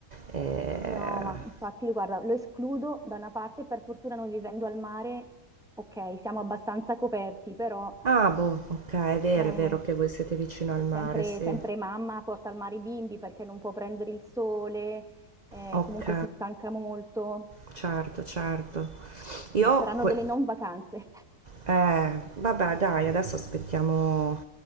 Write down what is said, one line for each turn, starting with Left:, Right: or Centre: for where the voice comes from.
Right: eh,
Centre: no, ma infatti, guarda, lo escludo da una parte, per fortuna noi vivendo al mare, ok, siamo abbastanza coperti, però
Right: Ah, boh, ok, è vero,
Centre: eh,
Right: è vero che voi siete vicino al mare,
Centre: sempre,
Right: sì.
Centre: sempre mamma porta al mare i bimbi perché non può prendere il sole, eh,
Right: Ok,
Centre: comunque si stanca molto,
Right: certo, certo. Io
Centre: Sì, saranno
Right: que-
Centre: delle non vacanze.
Right: Eh, vabbè, dai, adesso aspettiamo,